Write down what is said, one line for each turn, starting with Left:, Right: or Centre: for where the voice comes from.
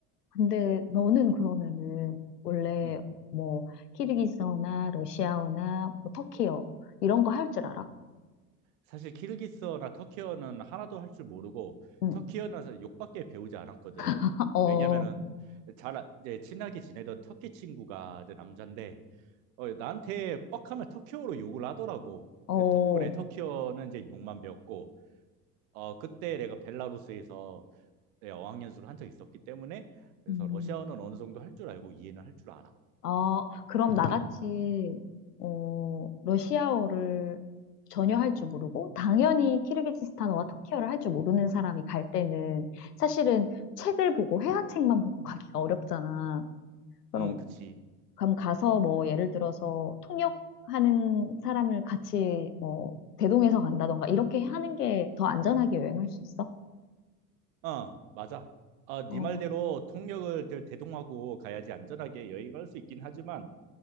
Left: 근데 너는 그러면은 원래
Right: 음.
Left: 뭐 키르기스어나 러시아어나 뭐 터키어 이런 거 할 줄 알아?
Right: 사실 키르기스어나 터키어는 하나도 할 줄 모르고
Left: 응,
Right: 터키어는 사실 욕밖에 배우지 않았거든.
Left: <laughs> 어,
Right: 왜냐면은 잘 아- 이제 친하게 지내던 터키 친구가 이제 남잔데 어, 나한테 뻑하면 터키어로 욕을 하더라고.
Left: 어,
Right: 덕분에 터키어는 이제 욕만 배웠고 어, 그때 내가 벨라루스에서 네, 어학연수를 한 적이 있었기 때문에 그래서
Left: 음.
Right: 러시아어는 어느 정도 할 줄 알고 이해는 할 줄 알아.
Left: 어, 그럼 음. 나같이, 어, 러시아어를 전혀 할 줄 모르고, 당연히 키르기즈스탄어와 터키어를 할 줄 모르는 사람이 갈 때는 사실은 책을 보고, 회화책만 보고 가기가 어렵잖아. 그럼,
Right: 음, 그치.
Left: 그럼 가서 뭐, 예를 들어서 통역하는 사람을 같이, 뭐, 대동해서 간다던가, 이렇게 하는 게 더 안전하게 여행할 수 있어?
Right: 어, 맞아. 아,
Left: 어,
Right: 네 말대로 통역을 대- 대동하고 가야지 안전하게 여행할 수 있긴 하지만